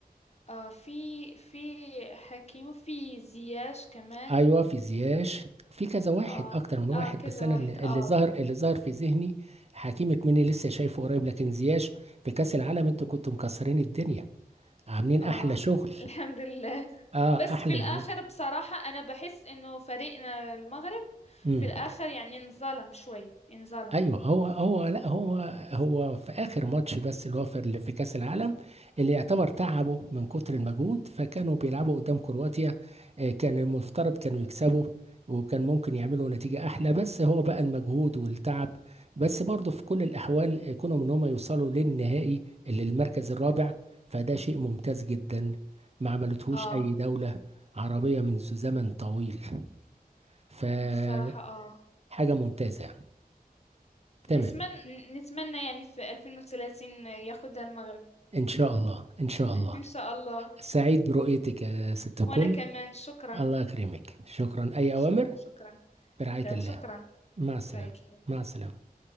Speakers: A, on the left; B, on the right.
A: آه في في حكيم وفي زياش كمان
B: ايوه في زياش في كذا واحد
A: اه
B: اكتر من واحد
A: اه كذا
B: بس انا
A: واحد
B: اللي
A: اه
B: اللي ظهر اللي ظهر في ذهني حكيم مني لسه شايفه قريب لكن زياش في كاس العالم انتوا كنتوا مكسرين الدنيا عاملين
A: اه
B: احلى شغل
A: <laughs> الحمد لله
B: اه
A: بس
B: احلى
A: في الاخر بصراحة انا بحس انه فريقنا المغرب
B: شغل
A: في الاخر يعني انظلم شوي انظلم
B: ايوه هو هو لا هو هو في اخر ماتش بس اللي هو في اللي في كاس العالم اللي يعتبر تعبوا من كتر المجهود فكانوا بيلعبوا قدام كرواتيا آه، كان المفترض كانوا يكسبوا وكان ممكن يعملوا نتيجة أحلى بس هو بقى المجهود والتعب بس برضه في كل الأحوال آه، كونوا إن هم يوصلوا للنهائي اللي المركز الرابع فده شيء ممتاز جدا ما عملتهوش
A: اه
B: أي دولة عربية منذ زمن طويل فحاجة
A: بصراحة اه
B: ممتازة يعني
A: نتمنى
B: تمام
A: نتمنى يعني في 2030 ياخدها المغرب
B: إن شاء الله إن شاء الله
A: ان شاء الله
B: سعيد برؤيتك يا ست الكل
A: وانا كمان شكرا
B: الله يكرمك شكرا أي
A: ش-
B: أوامر
A: شكرا
B: برعاية
A: لا
B: الله
A: شكرا
B: مع السلامة
A: برايت
B: مع السلامة